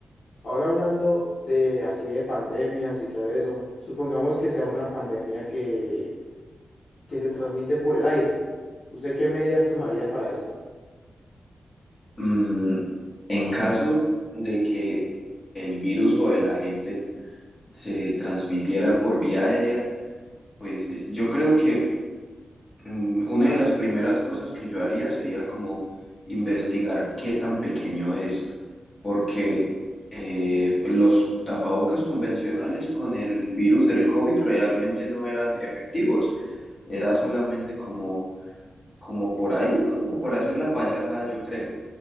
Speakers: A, on the left (about 50°); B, on the left (about 15°).
A: Ahora hablando de así de pandemias y todo eso, supongamos que sea una pandemia que, que se transmite por el aire. ¿Usted qué medidas tomaría para esto?
B: Mm, en caso de que el virus o el agente se transmitiera por vía aérea, pues eh, yo creo que mm, una de las primeras cosas que yo haría sería como investigar qué tan pequeño es, porque eh, los tapabocas convencionales con el virus del COVID realmente no eran efectivos. era solamente como como por ahí, como por hacer la payasada, yo creo.